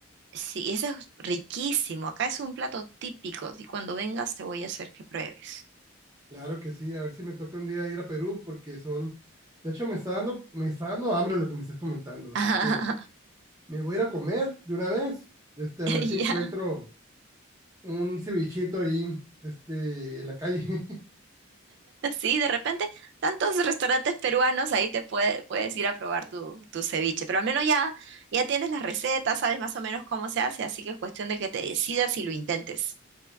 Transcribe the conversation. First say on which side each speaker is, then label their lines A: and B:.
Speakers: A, on the right; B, on the right.
A: sí, ese es riquísimo. Acá es un plato típico y cuando vengas te voy a hacer que pruebes.
B: Claro que sí, a ver si me toca un día ir a Perú porque son, de hecho me está dando, me está dando hambre lo que me estás comentando, así
A: <laughs>
B: que me voy a ir a comer de una vez, de este a ver
A: Ya.
B: si encuentro un cevichito ahí, de este en la calle. <laughs>
A: Sí, de repente tantos restaurantes peruanos ahí te puede- puedes ir a probar tu, tu ceviche, pero al menos ya, ya tienes las recetas, sabes más o menos cómo se hace, así que es cuestión de que te decidas y lo intentes.